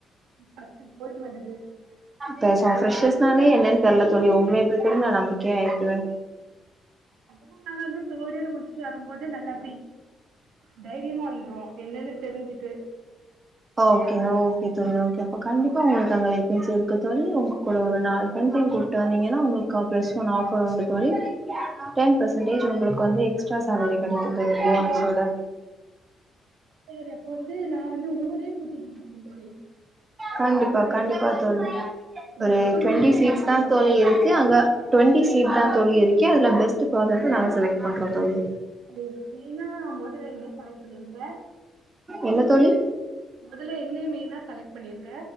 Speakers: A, on the right (about 85°); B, on the right (about 25°).
A: <unintelligible>
B: த ச
A: அதனால
B: ஃப்ரெஷ்ஷஸ்னாலே என்னன் தெர்ல தோழி உங்கள எப்டி தோழி நா நம்பிக்கையா ஏத்துவே
A: அததா நாங்க வந்து தேடு இயர் முடிச்சுட்டு வரும்போதே நல்லா இப்டி தைரியமா வந்துருவோ என்னன்னு தெரிஞ்சுட்டு
B: ஓகே ஓகே தோழி ஓகே அப்ப கண்டிப்பா உங்குளுக்கு அங்க வேக்கன்சி இருக்கு தோழி உங்க கூட ஒரு நாலு ஃப்ரண் ஸயு கூட்டு வந்தீங்கனா உங்குளுக்கு கா பிளஸ் ஒன் ஆஃபர் உண்டு தோழி டென் பசன்டேஜ் உங்குளுக்கு வந்து எக்ஸ் ட்ரா சேலரி கெடைக்குந் தோழி போனஸோட
A: சேரி அப்ப வந்து நா வந்து ஊரே கூட்டிட்டு வந்தறேந் தோழி
B: கண்டிப்பா
A: இது
B: கண்டிப்பா தோழி ஒரு
A: டிஸ்கவுண்ட்
B: டுவெண்ட்டி
A: வந்து நெறைய
B: சீட்ஸ்
A: போட்டுருக்காங்க
B: தா தோழி இருக்கு அங்க டுவெண்ட்டி சீட் தா தோழி இருக்கு அதுல பெஸ்ட் பர்சன்சஸ நாங்க செலக்ட் பண்றோ தோழி
A: அது மெய்னா மொதல்ல என்னய செலெக்ட் பண்ணிருங்க
B: என்ன தோழி
A: மொதல்ல என்னை மெய்னா செலெக்ட் பண்ணிருங்க